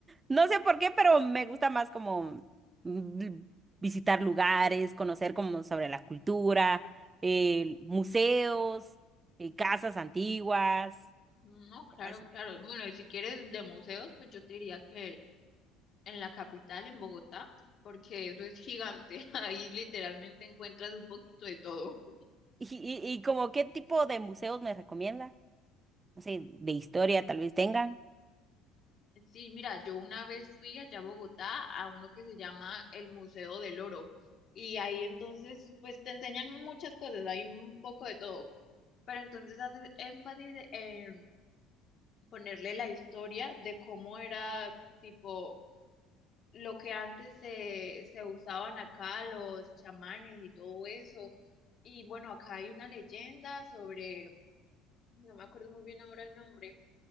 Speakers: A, on the right; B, on the left.
A: No sé por qué, pero me gusta más como mm, visitar lugares, conocer como sobre la cultura, eh, museos, eh, casas antiguas.
B: No, claro,
A: eso.
B: claro. Bueno, y si quieres de museos, pues yo te diría que en la capital, en Bogotá, porque eso es gigante. <laughs> Ahí literalmente encuentras un poquito de todo.
A: Y, y- y como qué tipo de museos me recomienda? No sé, de historia tal vez tengan.
B: Sí, mira, yo una vez fui allá a Bogotá a uno que se llama el Museo del Oro. Y ahí entonces, pues te enseñan muchas cosas, hay un poco de todo. Pero entonces hace énfasis en ponerle la historia de cómo era tipo lo que antes se, se usaban acá, los chamanes y todo eso. Y bueno, acá hay una leyenda sobre, no me acuerdo muy bien ahora el nombre,